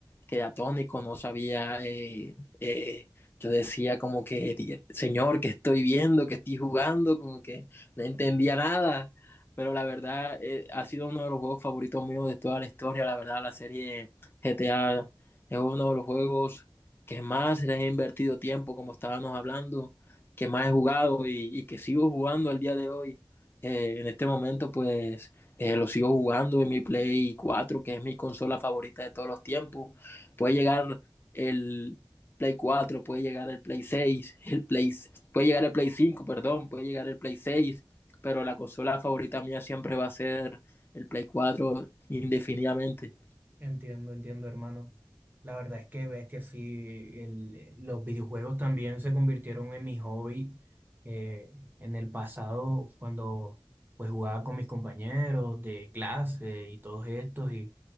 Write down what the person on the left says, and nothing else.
quedé atónico, no sabía. eh, eh, yo decía como que, "Di- señor, que estoy viendo? que estoy jugando? Como que no entendía nada. Pero la verdad, eh, ha sido uno de los juegos favoritos míos de toda la historia. La verdad, la serie GTA es uno de los juegos que más le he invertido tiempo, como estábamos hablando, que más he jugado y, y que sigo jugando al día de hoy. Eh, en este momento, pues eh, lo sigo jugando en mi Play cuatro que es mi consola favorita de todos los tiempos. Puede llegar el Play cuatro puede llegar el Play seis <laughs> el Play, puede llegar el Play cinco perdón, puede llegar el Play seis pero la consola favorita mía siempre va a ser el Play cuatro indefinidamente.